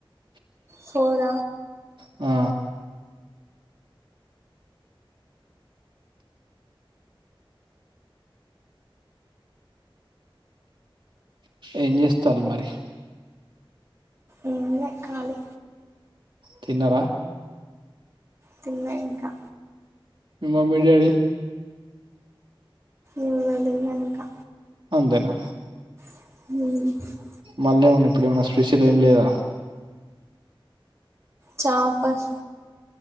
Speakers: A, on the right (about 30°); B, on the right (about 60°).
A: ఫోర
B: ఆ ఏం చేస్తాల్ మరి
A: ఏం లే ఖాళీ.
B: తిన్నార?
A: తిన్ల ఇంకా
B: మమ్మీ డాడీ
A: ఎవ్వరు తిన్ల ఇంకా
B: అందెనా
A: మ్
B: మల్లేమన్న ఇప్పుడేమన్న స్పెషల్ ఏం లేదా
A: చాపస్